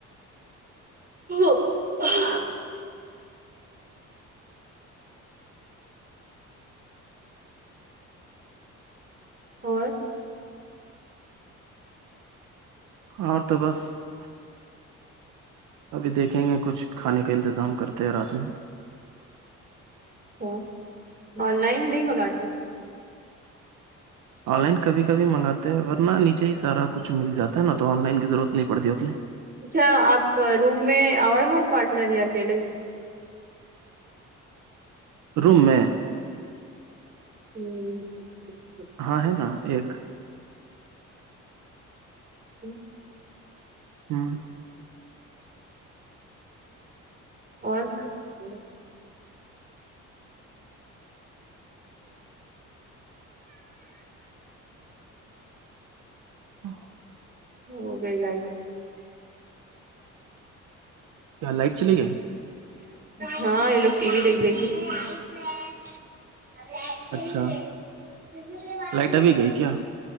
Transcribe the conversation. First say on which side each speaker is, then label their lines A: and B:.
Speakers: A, on the right; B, on the right.
A: ہو <unintelligible> اور
B: اور تو بس <unintelligible> ابھی دیکھیں گے کچھ کھانے کا انتظام کرتے ہیں رات میں
A: ا آن لائن نہیں مگاتے
B: آن لائن کبھی کبھی منگاتے ہیں اگر نا نیچے ہی سارا کچھ مل جاتا ہے نا تو آن لائن کی ضرورت نہیں پڑتی اتنی <unintelligible>
A: اچھا آپ روم میں آئے ہیں پارٹنر یا اکیلے <unintelligible>
B: روم میں
A: ہوں <unintelligible>
B: ہاں ہے نا ایک
A: ج <inaudible>
B: ہاں
A: اور سب <unintelligible>
B: ہاں <unintelligible>
A: ہوگی لیٹ
B: کیا لائٹ چلی گئے
A: ہاں یہ لوگ ٹی وی دیکھ دھے <unintelligible>
B: اچھا
A: ل مار
B: لائٹ
A: نہیں
B: ابھی گئی
A: <inaudible>
B: کیا